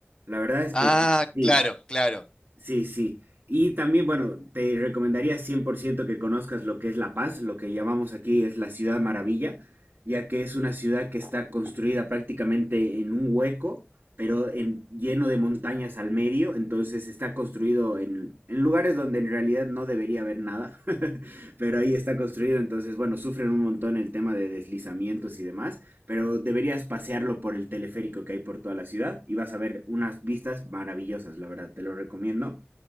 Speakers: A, on the right; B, on the left.
A: La verdad es
B: Ah,
A: que sí.
B: claro, claro.
A: Sí, sí. Y también, bueno, te recomendaría 100% que conozcas lo que es La Paz, lo que llamamos aquí es la Ciudad Maravilla, ya que es una ciudad que está construida prácticamente en un hueco, pero en, lleno de montañas al medio, entonces está construido en, en lugares donde en realidad no debería haber nada, <laughs> pero ahí está construido, entonces, bueno, sufren un montón el tema de deslizamientos y demás, pero deberías pasearlo por el teleférico que hay por toda la ciudad y vas a ver unas vistas maravillosas, la verdad, te lo recomiendo.